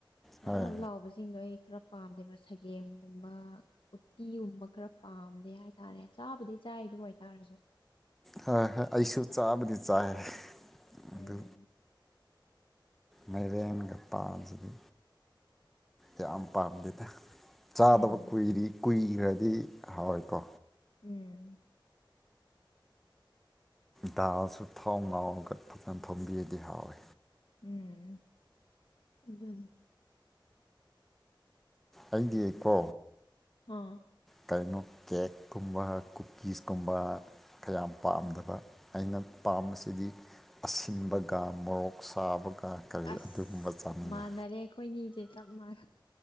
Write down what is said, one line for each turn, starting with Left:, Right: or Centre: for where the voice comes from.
Left: ꯅꯞ
Centre: ꯍꯣꯏ
Left: ꯅꯞ
Centre: ꯍꯣꯏ
Left: ꯂꯥꯎꯕꯁꯤꯡꯗꯣ ꯑꯩ ꯈꯔ ꯄꯥꯝꯗꯦꯕ ꯁꯒꯦꯝꯒꯨꯝꯕ ꯎꯇꯤꯒꯨꯝꯕ ꯈꯔ ꯄꯥꯝꯗꯦ ꯍꯥꯏꯇꯥꯔꯦ ꯆꯥꯕꯗꯤ ꯆꯥꯏ ꯑꯗꯨ ꯑꯣꯏꯇꯥꯔꯁꯨ
Centre: ꯍꯣꯏ ꯍꯣꯏ ꯑꯩꯁꯨ ꯆꯥꯕꯗꯤ ꯆꯥꯏ
Left: ꯎꯝ
Centre: ꯑꯗꯨ ꯃꯥꯏꯔꯦꯟꯒ ꯄꯥꯟꯁꯤꯗꯤ ꯌꯥꯝ ꯄꯥꯝꯗꯦꯗ ꯆꯥꯗꯕ
Left: ꯎꯝ
Centre: ꯀꯨꯔꯤ ꯀꯨꯏꯈ꯭ꯔꯗꯤ ꯍꯥꯎꯋꯦꯀꯣ
Left: ꯎꯝ
Centre: ꯗꯥꯜꯁꯨ ꯊꯥꯎ ꯉꯧꯔꯒ ꯐꯖꯅ ꯊꯣꯝꯕꯤꯔꯗꯤ ꯍꯥꯎꯋꯦ
Left: ꯎꯝ ꯑꯗꯨꯅꯤ
Centre: ꯑꯩꯗꯤ ꯀꯣ
Left: ꯑꯥ
Centre: ꯀꯔꯤꯅꯣ ꯀꯦꯛꯀꯨꯝꯕ ꯀꯨꯀꯤꯁ ꯀꯨꯝꯕ ꯀꯌꯥꯝ ꯄꯥꯝꯗꯕ ꯑꯩꯅ ꯄꯥꯝꯕꯁꯤꯗꯤ ꯑꯁꯤꯟꯕꯒ ꯃꯣꯔꯣꯛ ꯁꯥꯕꯒ ꯀꯔꯤ
Left: ꯑꯁ
Centre: ꯑꯗꯨꯒꯨꯝꯕ ꯆꯥꯅꯤꯡꯉꯤ
Left: ꯃꯥꯟꯅꯔꯦ ꯑꯩꯈꯣꯏꯅꯤꯗꯤ ꯆꯞ ꯃꯥꯟꯅ